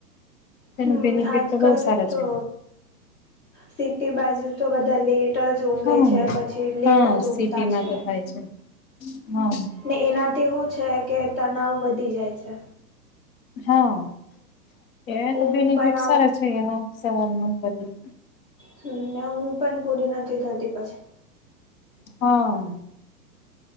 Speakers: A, on the left; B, on the left.
A: તેનો
B: હમ
A: બેનિફિટ
B: આજકાલ
A: તો બહુ સારા
B: તો
A: છે.
B: સિટી બાજુ તો બધા લેટ જ ઊંઘે
A: હા
B: છે પછી લેટ
A: હા
B: જ ઉઠતા
A: સિટીમાં
B: છે.
A: તો થાય છે હા
B: ને એનાથી હુ છે કે તનાવ વધી જાય છે.
A: હા એ તો
B: ઊંઘ
A: બેનિફિટ
B: પણ
A: સારા
B: આવ
A: છે એના સવારમાં બધું
B: હમ ને ઊંઘ પણ પૂરી નથી થતી પછી
A: હા